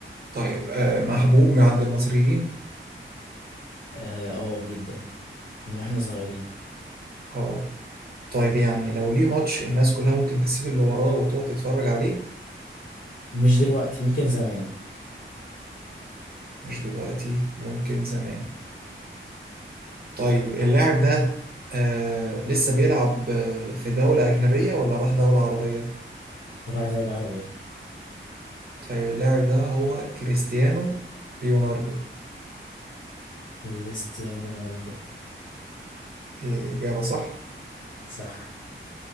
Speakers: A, on the right (about 50°); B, on the left (about 60°).
A: طيب آه محبوب من عند المصريين
B: اه آه، جدا من واحنا صغيرين
A: اه طيب يعني لو ليه ماتش الناس كلها ممكن تسيب اللي وراه وتقعد تتفرج عليه
B: مش دلوقتي يمكن زمان
A: مش دلوقتي ممكن زمان طيب اللاعب ده آه لسه بيلعب آه، في دولة أجنبية ولا راح دولة عربية
B: نروح دولة عربية
A: طيب اللاعب ده هو كريستيانو ليوناردو
B: كريستيانو رونالدو
A: إيه، إجابة صح
B: صح